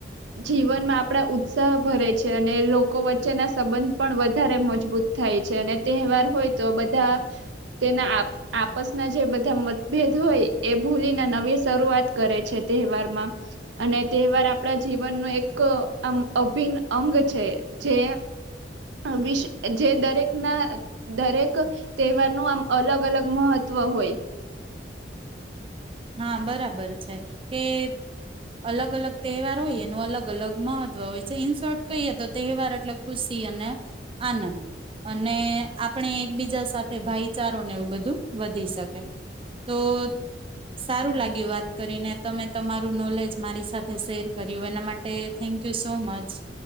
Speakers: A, on the right (about 80°); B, on the right (about 30°).
A: જીવનમાં આપણા ઉત્સાહ ભરે છે અને લોકો વચ્ચેના સંબંધ પણ વધારે મજબૂત થાય છે. અને તેહવાર હોય તો બધા તેના આપ આપસના જે બધા મતભેદ હોય એ ભૂલીને નવી શરૂઆત કરે છે. તેહવારમાં અને તેહવાર આપ પણ જીવનનો એક આમ અભિન્ન અંગ છે. જે અ વિસ અ જે દરેકના દરેક તેહવારનું આમ અલગ અલગ મહત્વ હોય.
B: હા, બરાબર છે કે અલગ અલગ તેહવાર હોય એનું અલગ અલગ મહત્વ હોય છે. ઈન શોર્ટ કહીએ તો તેહવાર અટલે ખુશી અને આનંદ અને આપણે એકબીજા સાથે ભાઈચારો ને એવું બધું વધી શકે તો સારું લાગ્યું વાત કરીને તમે તમારું નોલેજ મારી સાથે શેર કર્યું એના માટે થેન્ક યુ સો મચ.